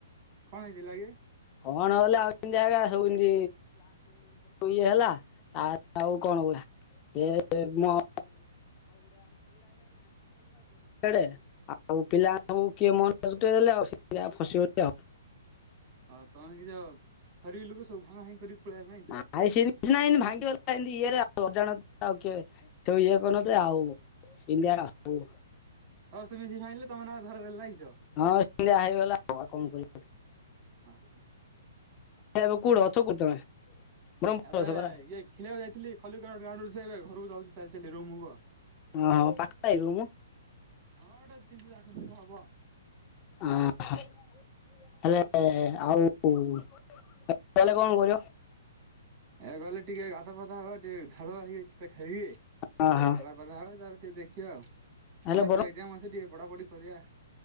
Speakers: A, on the right; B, on the left.
A: କଣ ହେଇଥିଲା କି?
B: କଣ ହେଲେ ଆଉମତିୁତି ଇ ହେଲା ଆଉ କଣ କଉ ଗାଥିଲା ଡେ ଆଉ ପିଲା କିଏ ମଲେ ଆ ଆଉ <unintelligible>
A: ହଁ ତମେ କିସ ସରିବି ଲୋକ ସବୁ ଭାଁ ଭାଁ କରି ପଳେଇ ନାଇଁଛ
B: ଆ ସେ ନା ଭାଙ୍ଗି ଇଏରେ ଅଜାଣ ଆଉ କିଏ ଇଏ କରନ ଆଉ ଇଣ୍ଡିଆ ଆଉ
A: ସମସ୍ତେ ମିି ଖାଇିଲେ ତମେ ନା ଧର ଦେଲ ଲାଗଇ
B: ହଁ ସିଆ ହେଇଗଲା କଣ କର
A: ଅହ
B: ଏବେ କଉଠ ଅଛ କ ତମେ ବ୍ରହ୍ମପୁର
A: ଏବେ
B: ଅଛ
A: ଇଏ
B: ପରା
A: ଖଳିବାକୁ ଯାଇଥିଲି ଖଲିକ ଗ୍ରାଉଣ୍ଡୁ ଘରକୁ ଯାଉଛି ଚାଲି ଚାଲି ଏଇଠୁ ରୁମ କୁ ଆଉ
B: ଓ ହୋ ପାଖ ଆଇିବ ରୁମ
A: ହଁ ଗୋଟେ ତିନିଶହ ଚାରିଶହ ମିଟର ହବ।
B: ଆ ହେଲେ ଆଉ ତାଲେ କଣ କରହୁଛ?
A: ଏ ଗଲେ ଟିକେ ଗାଧ ଫଧା ହବା ଟିକେ ଧାଆ ହେଇଯାଇଛି। ଖେଳିବେ
B: ଅ ହ
A: ଖଲା ଭ ହବ ତା ଟିକେ ଦେଖ ଦେଖ ଆଉ
B: ହେଲେ
A: ଉଣଶରେ ଏକଜାମ ଅସେ ଟିକେ ପଢାପଢି କରିବା।